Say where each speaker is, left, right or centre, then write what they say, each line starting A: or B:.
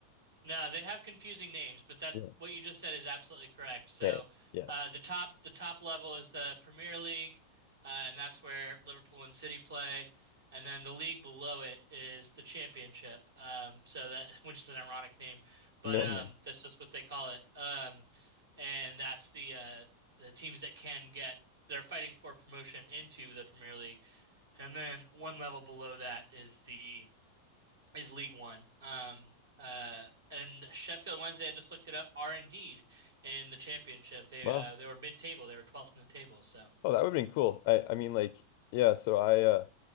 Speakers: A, on the right; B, on the left.
A: No, they have confusing names, but that's
B: Yeah.
A: what you just said is absolutely correct. So,
B: Okay. Yeah.
A: uh, the top the top level is the Premier League, uh, and that's where Liverpool and City play, and then the league below it is the Championship. Um, so that <laughs> which is an ironic name, but
B: Yeah.
A: um,
B: I know.
A: that's just what they call it. Um, and that's the uh, the teams that can get they're fighting for promotion into the Premier League, and then one level below that is the is League One. Um, uh, and Sheffield Wednesday, I just looked it up, are indeed in the championship. They
B: Well.
A: uh, they were mid-table. They were 12th in the table. So
B: Oh, that would have been cool. I, I mean, like, yeah, so I uh